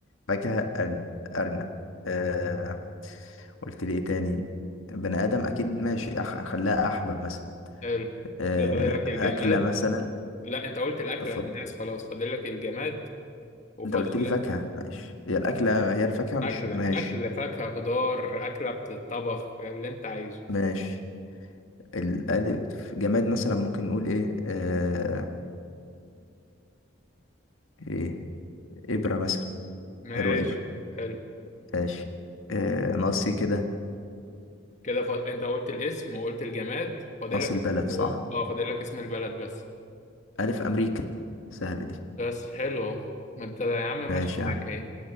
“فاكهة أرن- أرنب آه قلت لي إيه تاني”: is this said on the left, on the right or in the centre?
Left